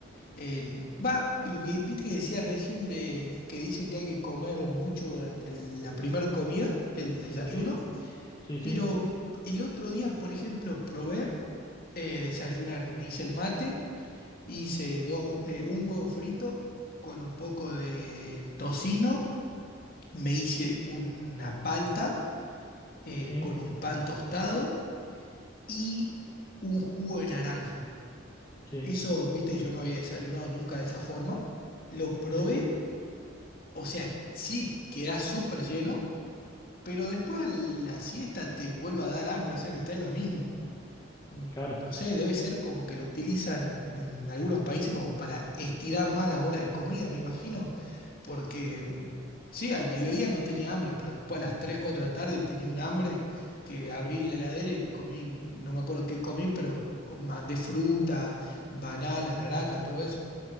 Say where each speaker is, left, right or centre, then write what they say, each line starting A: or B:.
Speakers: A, on the left (about 50°); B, on the left (about 20°).
A: El, va, lo que viste que decías recién de que dicen que hay que comer mucho durante el- la primera comida, el desayuno,
B: sí, sí,
A: pero
B: sí,
A: el otro día, por ejemplo, probé eh, desayunar, me hice el mate, hice dos, eh, un huevo frito con un poco de tocino, me hice una palta eh,
B: sí,
A: con un pan tostado y un jugo de naranja.
B: sí,
A: Eso, viste, yo no había desayunado nunca de esa forma. Lo probé
B: sí.
A: O sea, sí, quedás súper lleno, pero después a la siesta te vuelve a dar hambre, o sea que está en lo mismo. Mm,
B: Claro,
A: No sé, debe ser como que lo utilizan en algunos países como para estirar más las horas de comida, me imagino, porque mm, sí, al mediodía no tenía hambre, pero después a las 3, 4 de la tarde tenía un hambre que abrí la heladera y me comí, no me acuerdo qué comí, pero mandé fruta, banana, naranja, todo eso.